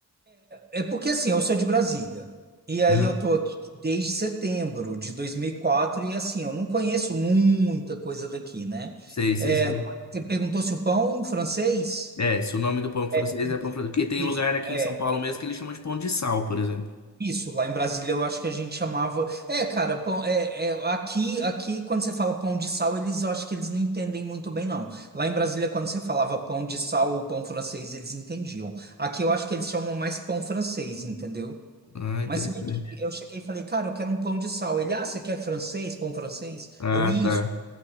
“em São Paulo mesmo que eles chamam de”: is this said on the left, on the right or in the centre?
Left